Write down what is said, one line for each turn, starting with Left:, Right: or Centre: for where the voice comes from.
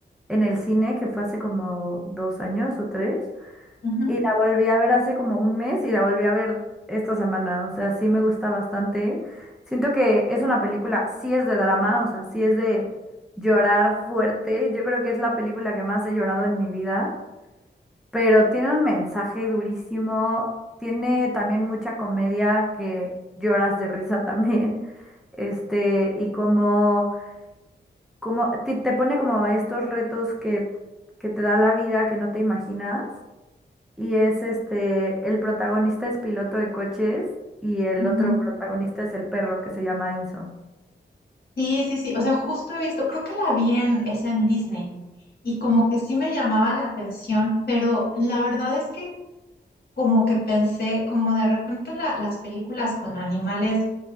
Centre: en el cine, que fue hace como dos años o tres.
Left: Ujú,
Centre: Y la volví a ver hace como un mes y la volví a ver esta semana. O sea, sí me gusta bastante. Siento que es una película, sí es de drama, o sea, sí es de llorar fuerte. Yo creo que es la película que más he llorado en mi vida. pero tiene un mensaje durísimo, tiene también mucha comedia que lloras de risa <laughs> también, este, y como, como te, te pone como estos retos que, que te da la vida que no te imaginas, y es este, el protagonista es piloto de coches y el
Left: ujú.
Centre: otro protagonista es el perro que se llama Enzo.
Left: Sí, sí, sí. O sea, justo he visto, creo que la vi en, es en Disney y como que sí me llamaba la atención, pero la verdad es que como que pensé, como de repente la- las películas con animales,